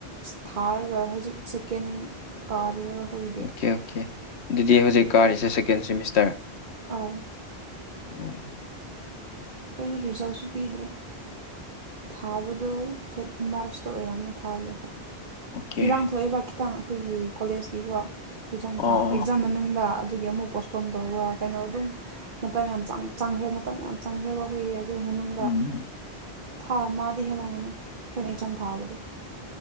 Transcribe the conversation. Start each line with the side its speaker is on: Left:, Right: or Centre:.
Right: ꯊꯥꯔꯒ ꯍꯧꯖꯤꯛ ꯁꯦꯀꯦꯟ ꯀꯥꯔꯤꯑꯕ ꯑꯩꯈꯣꯏꯒꯤꯗꯤ
Left: ꯑꯣꯀꯦ ꯑꯣꯀꯦ ꯑꯗꯨꯗꯤ ꯍꯧꯖꯤꯛ ꯀꯥꯔꯤꯁꯦ ꯁꯦꯀꯦꯟ ꯁꯦꯃꯤꯁꯇꯔ
Right: ꯑꯎ
Left: ꯎꯝ
Right: ꯑꯩꯈꯣꯏꯗ ꯔꯤꯖꯜꯁꯨ ꯄꯤꯗ꯭ꯔꯦ ꯊꯥꯕꯗꯣ ꯐꯦꯞ ꯃꯥꯔꯁꯇ ꯑꯣꯏꯔꯝꯅꯦ ꯊꯥꯕꯗꯨ ꯑꯩꯈꯣꯏ
Left: ꯑꯣꯀꯦ
Right: ꯏꯔꯥꯡ ꯊꯣꯛꯑꯦꯕ ꯈꯤꯇꯪ ꯑꯩꯈꯣꯏꯒꯤ ꯀꯣꯂꯦꯖꯀꯤꯀꯣ ꯑꯦꯛꯖꯥꯝ ꯊꯥ
Left: ꯑꯣ
Right: ꯑꯦꯛꯖꯥꯝ
Left: ꯑꯣ
Right: ꯃꯅꯨꯡꯗ ꯑꯗꯨꯒꯤ ꯑꯃꯨꯛ ꯄꯣꯁꯄꯣꯟ ꯇꯧꯕ ꯀꯩꯅꯣ ꯑꯗꯨꯝ ꯃꯇꯝ ꯌꯥꯝ ꯆꯪꯈ꯭ꯔꯦ ꯃꯇꯝ ꯌꯥꯝ ꯆꯪꯈ꯭ꯔꯦꯕ ꯑꯩꯈꯣꯏꯒꯤ ꯑꯗꯨ ꯃꯅꯨꯡꯗ
Left: ꯎꯝ
Right: ꯊꯥ ꯑꯃꯗ ꯍꯦꯜꯂꯝꯒꯅꯤ ꯑꯩꯈꯣꯏꯅ ꯑꯦꯛꯖꯥꯝ ꯊꯥꯕꯗꯣ